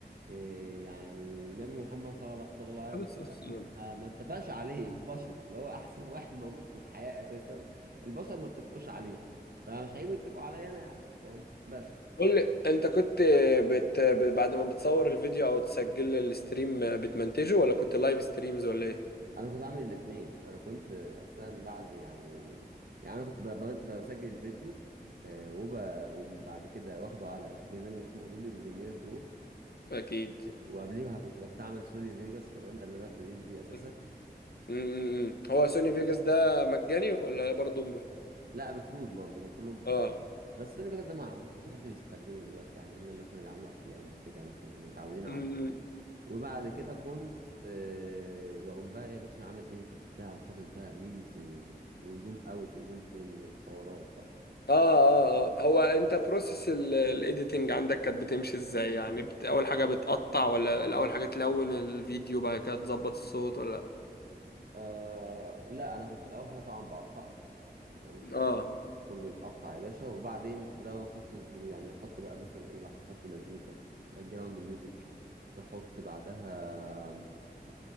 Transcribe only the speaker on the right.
إيه يعني نبي محمد صلى الله صلى الله عليه
وسلم
ما ما اتفقش عليه البشر اللي هو احسن <laughs> واحد موجود في الحياة اساسا البشر ما اتفقوش عليه فمش هيجوا يتفقوا عليا انا يعني فاهم بس
انا كنت عامل الاتنين انا كنت اساسا بعد يعني يعني انا كنت ب- ب- بسجل الفيديو آه، وب... وبعد كده واخده على برنامج اسمه ادوبي بريمير برو
وقبليها كنت بستعمل سوني فيجاس كمان ده اللي انا ابتديت بيه اساسا
لا بفلوس برضه هو كلهم بفلوس
بس سوني فيجاس ده ما اعتقدش حد بيستخدمه دلوقتي يعني الا الناس اللي مثلا بيعملوا افلام وكده مثلا اللي متعودين عليه
وبعد كده كنت أه بقوم بقى إيه يا باشا عامل ايديت وبتاع وحاطط بقى ميمز و... وزوم اوت وزوم ان وحوارات بقى
أه لا انا كنت الاول حاجه طبعا بقطع تمام
كله يتقطع يا باشا وبعدين زو حط الزو يعني حط بقى مثلا ايه لو هتحط مزيكا باك جراوند ميوزك تحط بعدها